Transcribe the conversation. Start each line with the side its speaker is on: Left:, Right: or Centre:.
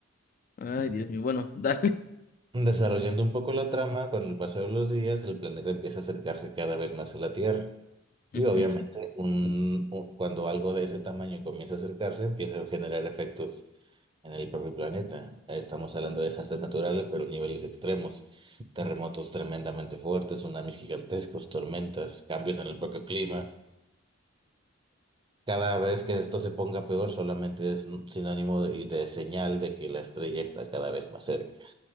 Left: Ay, Dios mío, bueno, dale.
Right: Desarrollando un poco la trama, con el paso de los días, el planeta empieza a acercarse cada vez más a la Tierra. Y
Left: Ujú,
Right: obviamente, un, un- cuando algo de ese tamaño comienza a acercarse, empieza a generar efectos en el propio planeta. Estamos hablando de desastres naturales, pero niveles extremos. Terremotos tremendamente fuertes, tsunamis gigantescos, tormentas, cambios en el propio clima. Cada vez que esto se ponga peor, solamente es un sinónimo de, y de señal de que la estrella está cada vez más cerca.